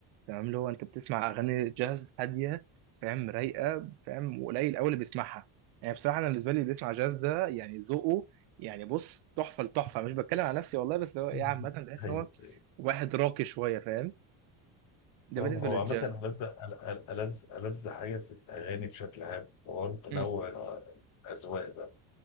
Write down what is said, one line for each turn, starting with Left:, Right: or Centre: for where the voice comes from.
Right: تمام اللي هو انت بتسمع اغاني جاز هاديه فاهم رايقه فاهم وقليل قوي اللي بيسمعها يعني بصراحه انا بالنسبه لي اللي بيسمع جاز ده يعني ذوقه يعني بص تحفه لتحفه مش بتكلم على نفسي والله بس هو يعني
Left: مهم.
Right: عامه بحس
Left: ايوه
Right: ان هو
Left: ايوه
Right: واحد راقي شويه فاهم ده
Left: طبعا
Right: بالنسبه
Left: هو
Right: للجاز
Left: عامة ألذ أل- أل- ألذ ألذ حاجة في الأغاني بشكل عام هو تنوع
Right: مم.
Left: الأذواق ده